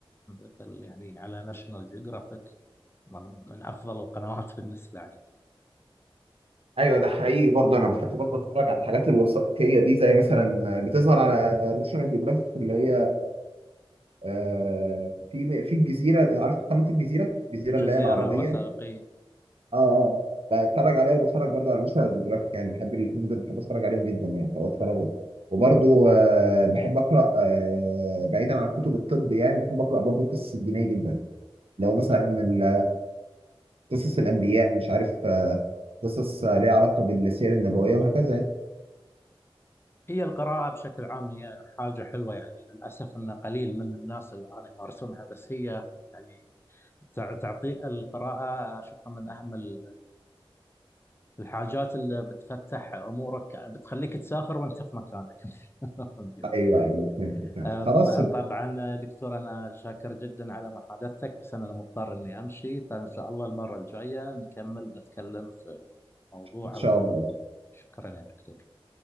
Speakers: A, on the left; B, on the right.
A: مثل يعني على ناشونال جيوغرافيك من من افضل القنوات بالنسبه لي
B: ايوه ده حقيقي برضه انا بحب برضه اتفرج على الحاجات الوثائقيه دي زي مثلا بتظهر على ناشونال جيوغرافيك اللي هي آه في في الجزيره عارف قناه الجزيره الجزيره
A: الجزيره
B: اللي هي العربيه
A: الوثائقيه
B: اه اه بتفرج عليها وبتفرج برضه على ناشونال جيوغرافيك يعني بحب الاثنين دول بحب اتفرج عليهم جدا يعني فبتفرج وبرضه آه بحب اقرا آه بعيدا عن كتب الطب يعني بحب اقرا برضه قصص الدينيه جدا لو مثلا ال- قصص الأنبياء مش عارف آه، قصص آه، ليها علاقة بالسير النبوية وهكذا يعني
A: هي القراءة بشكل عام هي حاجة حلوة يعني للأسف أن قليل من الناس الآن يمارسونها بس هي يعني تع- تعطي القراءة أشوفها من أهم ال- الحاجات اللي بتفتح أمورك بتخليك تسافر وأنت في مكانك <laughs>
B: أيوه أيوه فهمت فهمت
A: آه،
B: خلاص
A: طبعا دكتور أنا شاكر جدا على محادثتك بس أنا مضطر إني أمشي فإن شاء الله المرة الجاية نكمل نتكلم في موضوع
B: إن شاء
A: أو في
B: الله
A: شكرا يا دكتور